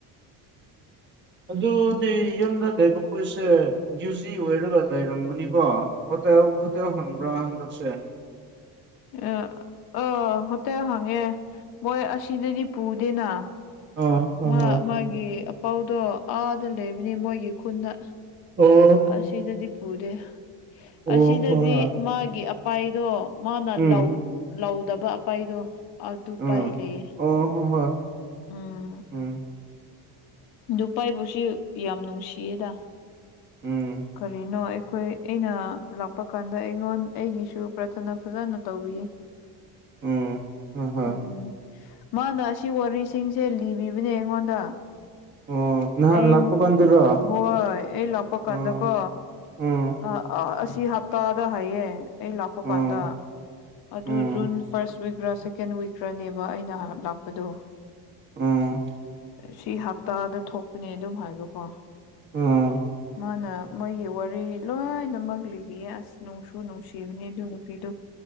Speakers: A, on the right; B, on the left.
A: ꯑꯗꯨꯗꯤ ꯌꯨꯝꯗ ꯂꯩꯕ ꯀꯣꯏꯁꯦ ꯌꯨ ꯖꯤ ꯑꯣꯏꯔꯒ ꯂꯩꯔꯝꯒꯅꯤꯕꯣ ꯍꯣꯇꯦꯜ ꯍꯣꯇꯦꯜ ꯍꯪꯕ꯭ꯔꯥ ꯍꯟꯗꯛꯁꯦ
B: ꯑ ꯑꯥ ꯍꯣꯇꯦꯜ ꯍꯪꯉꯦ ꯃꯣꯏ ꯑꯁꯤꯗꯗꯤ ꯄꯨꯗꯦꯅ
A: ꯑꯥ ꯍꯣꯏ
B: ꯃꯥ
A: ꯍꯣꯏ
B: ꯃꯥꯒꯤ ꯑꯄꯥꯎꯗꯣ ꯑꯥꯗ ꯂꯩꯕꯅꯤ ꯃꯣꯏꯒꯤ ꯈꯨꯟꯗ
A: ꯑꯣ
B: ꯑꯁꯤꯗꯗꯤ ꯄꯨꯗꯦ
A: ꯍꯣꯏ
B: ꯑꯁꯤꯗꯗꯤ
A: ꯍꯣꯏ
B: ꯃꯥꯒꯤ ꯑꯄꯥꯏꯗꯣ ꯅ
A: ꯎꯝ
B: ꯂꯧ ꯂꯧꯗꯕ ꯑꯄꯥꯏꯗꯣ ꯑꯗꯨ
A: ꯎꯝ
B: ꯄꯥꯏ ꯂꯩꯌꯦ
A: ꯑꯣ ꯍꯣ ꯍꯣꯏ
B: ꯎꯝ
A: ꯎꯝ
B: ꯅꯨꯄꯥꯥꯏꯕꯨꯁꯨ ꯌꯥꯝ ꯅꯨꯡꯁꯤꯌꯦꯗ
A: ꯎꯝ
B: ꯀꯔꯤꯅꯣ ꯑꯩꯈꯣꯏ ꯑꯩꯅ ꯂꯥꯛꯄ ꯀꯥꯟꯗ ꯑꯩꯉꯣꯟ ꯑꯩꯒꯤꯁꯨ ꯄ꯭ꯔꯊꯅꯥ ꯐꯖꯅ ꯇꯧꯕꯤꯌꯦ
A: ꯎꯝ ꯍꯣꯏ ꯍꯣꯏ
B: ꯎꯝ ꯃꯥꯅ ꯑꯁꯤ ꯋꯥꯔꯤꯁꯤꯡꯁꯦ ꯂꯤꯕꯤꯕꯅꯦ ꯑꯩꯉꯣꯟꯗ
A: ꯑꯣ ꯅꯍꯥꯟ
B: ꯑꯩ
A: ꯂꯥꯛꯄ ꯀꯥꯟꯗꯨꯔꯣ
B: ꯍꯣꯏ ꯑꯩ ꯂꯥꯛꯄ ꯀꯥꯟꯗꯀꯣ
A: ꯎꯝ ꯎꯝ
B: ꯑ ꯑ ꯑꯁꯤ ꯍꯞꯇꯥꯗ ꯍꯥꯏꯌꯦ ꯑꯩ ꯂꯥꯛꯄ
A: ꯎꯝ
B: ꯀꯥꯟꯗ ꯑꯗꯨ
A: ꯎꯝ
B: ꯖꯨꯟ ꯐꯥꯔꯁ ꯋꯤꯛꯔꯥ ꯁꯦꯀꯦꯟ ꯋꯤꯛꯀ꯭ꯔꯥꯅꯦꯕ ꯑꯩꯅ ꯂꯥꯛꯄꯗꯨ
A: ꯎꯝ
B: ꯁꯤ ꯍꯞꯇꯥꯗ ꯊꯣꯛꯄꯅꯦ ꯑꯗꯨꯝ ꯍꯥꯏꯕꯀꯣ
A: ꯎꯝ
B: ꯃꯥꯅ ꯃꯣꯏꯒꯤ ꯋꯥꯔꯤ ꯂꯣꯏꯅꯃꯛ ꯂꯤꯕꯤꯌꯦ ꯑꯁ ꯅꯨꯡꯁꯨ ꯅꯨꯡꯁꯤꯕꯅꯦ ꯑꯗꯨ ꯅꯨꯄꯤꯗꯨ